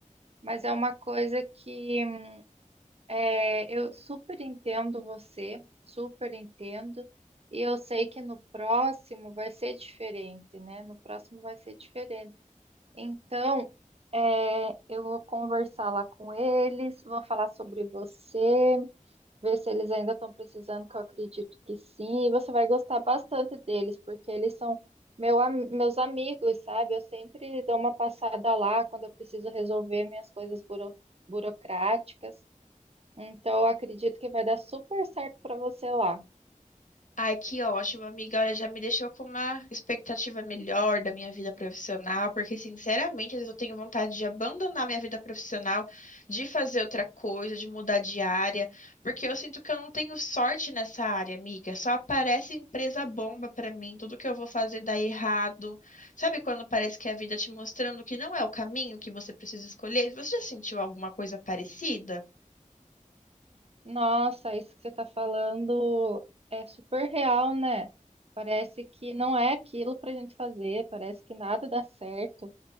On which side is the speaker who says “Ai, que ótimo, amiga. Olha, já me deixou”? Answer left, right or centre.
Left